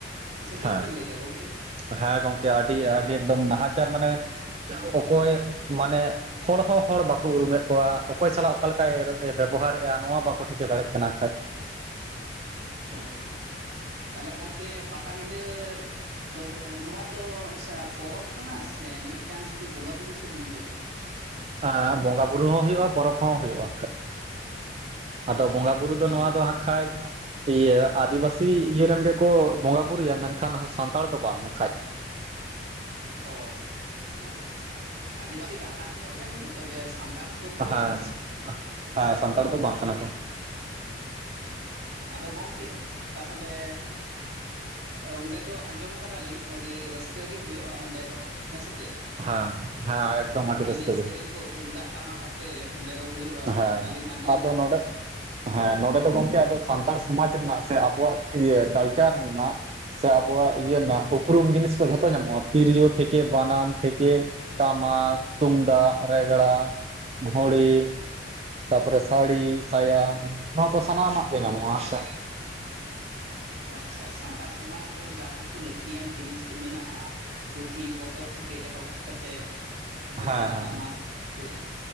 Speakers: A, on the right; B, on the right.
A: ᱥᱮ ᱪᱮᱫ
B: ᱦᱮᱸ
A: ᱵᱮᱱ ᱞᱟᱹᱭ ᱮᱫᱟ ᱜᱚᱝᱠᱮ
B: ᱦᱮᱸ ᱜᱚᱢᱠᱮ ᱟᱹᱰᱤ ᱟᱹᱰᱤ ᱮᱠᱫᱚᱢ ᱱᱟᱦᱟᱪᱟᱨ ᱢᱟᱱᱮ ᱚᱠᱚᱭ ᱢᱟᱱᱮ ᱦᱚᱲ ᱦᱚᱸ ᱦᱚᱲ ᱵᱟᱠᱚ ᱩᱨᱩᱢᱮᱫ ᱠᱚᱣᱟ ᱚᱠᱚᱭ ᱥᱟᱞᱟᱜ ᱚᱠᱟ ᱞᱮᱠᱟᱭ ᱵᱮᱵᱚᱦᱟᱨᱮᱫᱼᱟ ᱱᱚᱣᱟ ᱵᱟᱠᱚ ᱴᱷᱤᱠᱟᱹ ᱫᱟᱲᱮᱭᱟᱜ ᱠᱟᱱᱟ ᱠᱷᱟᱡ
A: ᱦᱳᱭ ᱦᱳᱭ ᱛᱟᱦᱞᱮ ᱜᱚᱢᱠᱮ ᱯᱟᱛᱟᱵᱤᱸᱰᱟᱹ ᱛᱚᱵᱮ ᱱᱚᱣᱟ ᱫᱚ ᱟᱪᱪᱷᱟ ᱯᱚᱨᱚᱵᱽ ᱠᱟᱱᱟ ᱥᱮ ᱢᱤᱫᱴᱟᱱ ᱥᱩᱫᱩ ᱵᱚᱸᱜᱟᱼ ᱵᱩᱨᱩ ᱥᱩᱢᱩᱝ ᱜᱮ ᱠᱟᱱᱟ
B: ᱮ ᱵᱚᱸᱜᱟ ᱵᱩᱨᱩ ᱦᱚᱸ ᱦᱩᱭᱩᱜᱼᱟ ᱯᱚᱨᱚᱵᱽ ᱦᱚᱸ ᱦᱩᱭᱩᱜᱼᱟ ᱟᱫᱚ
A: ᱟᱪᱪᱷᱟ
B: ᱵᱚᱸᱜᱟ ᱵᱩᱨᱩ ᱫᱚ
A: ᱟᱸᱡᱚᱢ
B: ᱱᱚᱣᱟ ᱫᱚ
A: ᱠᱟᱫ
B: ᱦᱟᱸᱜᱠᱷᱟᱡ ᱤᱭᱟᱹ ᱟᱹᱫᱤᱵᱟᱹᱥᱤ ᱥᱤ ᱤᱭᱟᱹ ᱨᱮᱱ ᱜᱮᱠᱚ ᱵᱚᱸᱜᱟ ᱵᱩᱨᱩᱭᱟ ᱢᱮᱱᱠᱷᱟᱱ ᱥᱟᱱᱛᱟᱲ ᱫᱚ ᱵᱟᱝ ᱠᱷᱟᱡ
A: ᱚ ᱟᱪᱪᱷᱟ ᱟᱹᱫᱤᱵᱟᱹᱥᱤ ᱜᱟᱛᱟᱠ ᱧᱚᱜ ᱨᱮᱱ ᱜᱮ ᱛᱚᱵᱮ ᱥᱟᱱᱛᱟᱲ ᱫᱚᱠᱚ ᱵᱟᱝ
B: ᱦᱮᱸ
A: ᱠᱟᱱᱟ
B: ᱦᱮᱸ ᱥᱟᱱᱛᱟᱲ ᱫᱚ ᱵᱟᱝ ᱠᱟᱱᱟ ᱠᱚ
A: ᱟᱫᱚ ᱜᱚᱢᱠᱮ ᱛᱟᱦᱚᱞᱮ ᱚᱸᱰᱮ ᱫᱚ ᱟᱸᱡᱚᱢ ᱟᱠᱟᱫᱟ ᱞᱤᱧ ᱟᱹᱰᱤ ᱨᱟᱹᱥᱠᱟᱹ ᱜᱮ ᱦᱩᱭᱩᱜᱼᱟ ᱚᱸᱰᱮ ᱫᱚ ᱦᱮᱸ ᱥᱮ ᱪᱮᱫ
B: ᱦᱮᱸ ᱦᱮᱸ ᱮᱠᱫᱚᱢ ᱟᱹᱰᱤ ᱨᱟᱹᱥᱠᱟᱹ
A: ᱮᱱᱮᱡ ᱥᱮᱨᱮᱧ
B: ᱜᱮ
A: ᱠᱚ ᱛᱩᱢᱫᱟᱜ ᱴᱟᱢᱟᱠ ᱟᱛᱮ ᱚᱸᱰᱮ ᱫᱚ ᱦᱩᱭᱩᱜᱼᱟ
B: ᱦᱮᱸ
A: ᱚᱱᱠᱟᱞᱤᱧ ᱟᱸᱡᱚᱢ
B: ᱟᱫᱚ
A: ᱟᱠᱟᱫᱟ
B: ᱱᱚᱰᱮ ᱦᱮᱸ ᱱᱚᱰᱮ ᱫᱚ ᱜᱚᱝᱠᱮ ᱟᱫᱚ ᱥᱟᱱᱛᱟᱲ ᱥᱚᱢᱟᱡᱽ ᱨᱮᱱᱟᱜ ᱥᱮ ᱟᱵᱚᱣᱟᱜ ᱤᱭᱟᱹ ᱠᱟᱞᱪᱟᱨ ᱨᱮᱱᱟᱜ ᱥᱮ ᱟᱵᱚᱣᱟᱜ ᱤᱭᱟᱹ ᱨᱮᱱᱟᱜ ᱩᱯᱨᱩᱢ ᱡᱤᱱᱤᱥ ᱠᱚ ᱡᱷᱚᱛᱚ ᱧᱟᱢᱚᱜᱼᱟ ᱛᱤᱨᱭᱳ ᱛᱷᱮᱠᱮ ᱵᱟᱱᱟᱢ ᱛᱷᱮᱠᱮ ᱴᱟᱢᱟᱠ ᱛᱩᱢᱫᱟᱜ ᱨᱮᱜᱽᱲᱟ ᱜᱷᱳᱲᱤ ᱛᱟᱨ ᱯᱚᱨᱮ ᱥᱟᱹᱲᱤ ᱥᱟᱭᱟ ᱱᱚᱣᱟ ᱠᱚ ᱥᱟᱱᱟᱢᱟᱜ ᱜᱮ ᱧᱟᱢᱚᱜᱼᱟ ᱥᱮ
A: <inaudible> ᱟᱪᱪᱷᱟ ᱥᱟᱱᱛᱟᱲ ᱥᱚᱢᱟᱡᱽ ᱨᱮ ᱡᱟ ᱠᱤᱪᱷᱩ ᱞᱟᱹᱠᱛᱤᱭᱟᱱ ᱡᱤᱱᱤᱥ ᱠᱚ ᱢᱮᱱᱟᱜᱼᱟ ᱯᱩᱛᱷᱤ ᱯᱚᱛᱚᱵ ᱛᱷᱮᱠᱮ ᱮᱦᱚᱵ ᱠᱟᱛᱮᱫ ᱨᱮᱜᱽᱲᱟ
B: ᱦᱮᱸ
A: ᱴᱟᱢᱟᱠ ᱠᱚ